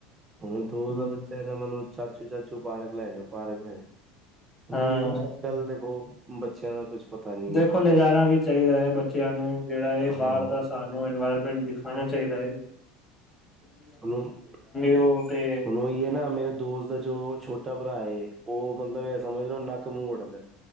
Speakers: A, on the right; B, on the left.
A: ਹੂਨ ਦੋਸਤ ਦਾ
B: ਹਮ
A: ਬੱਚਾ ਏ ਨਾ ਮੈਨੂੰ ਚਾਚੂ-ਚਾਚੂ ਪਾਰਕ ਲੈ ਜਾਓ, ਪਾਰਕ ਲੈ ਜਾਓ। ਹੂਨ
B: ਹਾਂ
A: ਐ ਈ ਏ ਨਾ ਅੱਜ-ਕੱਲ ਦੇਖੋ ਬੱਚਿਆਂ ਦਾ ਕੁਛ ਪਤਾ ਨਹੀਂ
B: ਦੇਖੋ, ਲਿਜਾਨਾ ਵੀ ਚਾਈਦੈ ਬੱਚਿਆਂ ਨੂੰ, ਜੇੜਾ ਏ ਬਾਰ
A: ਹਾਂ
B: ਦਾ ਸਾਨ ਨੂੰ ਇਨਵਾਇਰਮੈਂਟ ਦਿਖਾਣਾ ਚਾਹੀਦਾ ਏ।
A: ਹੁਨ,
B: ਉਹ ਤੇ
A: ਹੁਨ ਓ ਈ ਏ ਨਾ ਮੇਰੇ ਦੋਸਤ ਦਾ ਜੋ ਛੋਟਾ ਭਰਾ ਏ ਓ ਮਤਲਬ ਐ ਸਮਝ ਲੋਂ ਨੱਕ, ਮੂੰਅ ਵੱਟਦੈ।